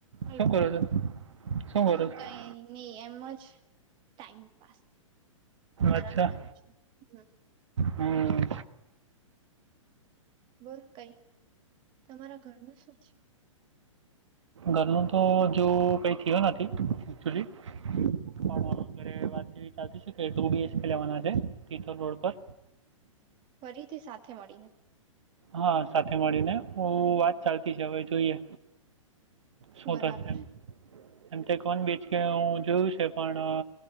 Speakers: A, on the right; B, on the right.
A: હલો
B: શું કરો છો શું કરો
A: ના
B: છો
A: કઈ નઈ એમ જ ટાઈમ પાસ આરામ
B: અચ્છા
A: કરું છું. હમ
B: હમ
A: બોલ કઈ તમારા ઘરનું શું થયું
B: ઘરનું તો હજુ કઈ થયું નથી એકચુલી પણ ઘરે વાતવી ચાલતી કે બી એે લેવાના છે પીથલ રોડ પર
A: ફરીથી સાથે મળીને
B: હા સાથે મળીને હ વાત ચાલતી છે હવે જોઈએ શું
A: બરાબર
B: થશે એ એમ તે કોણ બીચ કે હું જોયું છે પણ